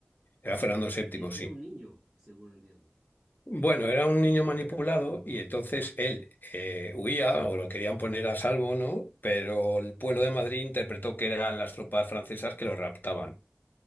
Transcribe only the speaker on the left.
era Fernando VII,
sí.
Bueno, era un niño manipulado y entonces él eh, huía o lo querían poner a salvo, ¿no? Pero el pueblo de Madrid interpretó que eran las tropas francesas que lo raptaban.